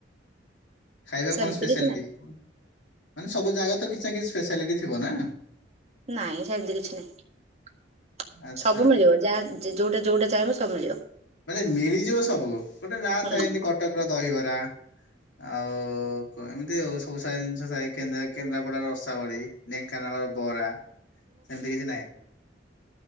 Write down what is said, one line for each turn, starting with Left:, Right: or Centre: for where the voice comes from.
Left: ଖାଇବା
Right: ସେମିତି
Left: କଣ ସ୍ପେଶାଲିଟି
Right: କିଛି ନାହିଁ
Left: ମାନେ ସବୁ ଜାଗା ତ କିଛି ନା କିଛି ସ୍ପେଶାଲିଟି ଥିବ ନା।
Right: ନାଇଁ ସେମିତି କିଛି ନାଇଁ
Left: ଆଚ୍ଛା।
Right: ସବୁ ମିଳିବ ଯାହା ଯେ ଯୋଉଟା ଯୋଉଟା ଚାହିଁବ ସବୁ ମିଳିବ।
Left: ମାନେ ମିଳିଯିବ ସବୁ ଗୋଟେ ନା
Right: ହୁଁ
Left: ଥାଏ ଏମିତି କଟକର ଦହିବରା ଆଉ ଏମିତି ଆଉ ସବୁ ସାରା ଜିନିଷ ଥାଏ କେ କେନ୍ଦ୍ରା କେନ୍ଦ୍ରାପଡା ର ରସା ବଳି ଢେଙ୍କାନାଳର ବରା ସେମିତି କିଛି ନାହିଁ?